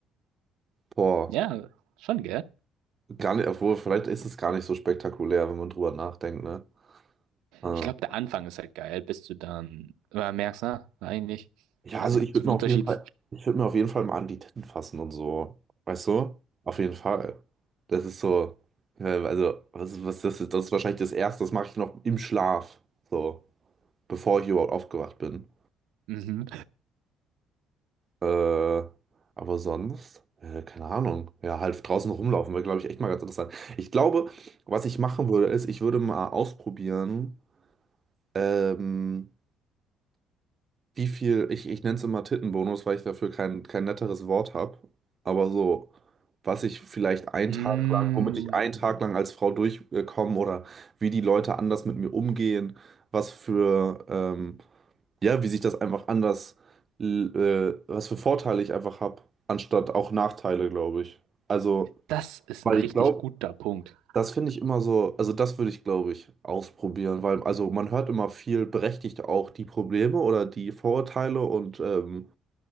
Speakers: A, on the right; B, on the right.
A: Boah,
B: Ja, schon, gell?
A: gar nicht, obwohl, vielleicht ist es gar nicht so spektakulär, wenn man drüber nachdenkt, ne? Ah.
B: Ich glaube, der Anfang ist halt geil, bis du dann äh, merkst, na, eigentlich,
A: Ja,
B: weiß
A: also
B: nicht,
A: ich würde
B: so viel
A: mir auf
B: Unterschied.
A: jeden Fall, ich würde mir auf jeden Fall mal an die Titten fassen und so. Weißt du? Auf jeden Fall. Das ist so, äh, also, was, was das ist, das ist wahrscheinlich das Erste, das mache ich noch im Schlaf. So, bevor ich überhaupt aufgewacht bin.
B: Mhm.
A: Äh, aber sonst, äh, keine Ahnung. Ja, halt draußen rumlaufen wäre, glaube ich, echt mal ganz interessant. Ich glaube, was ich machen würde, ist, ich würde mal ausprobieren, ähm, wie viel, ich, ich nenne es immer Tittenbonus, weil ich dafür kein, kein netteres Wort habe, aber so, was ich vielleicht einen
B: Mm,
A: Tag lang, womit ich einen Tag lang als Frau durchkomme oder wie die Leute anders mit mir umgehen, was für, ähm, ja, wie sich das einfach anders, l- äh, was für Vorteile ich einfach habe, anstatt auch Nachteile, glaube ich. Also,
B: das ist
A: weil
B: ein richtig
A: ich glaube,
B: guter Punkt.
A: das finde ich immer so, also das würde ich, glaube ich, ausprobieren, weil also man hört immer viel berechtigt auch die Probleme oder die Vorurteile und, ähm,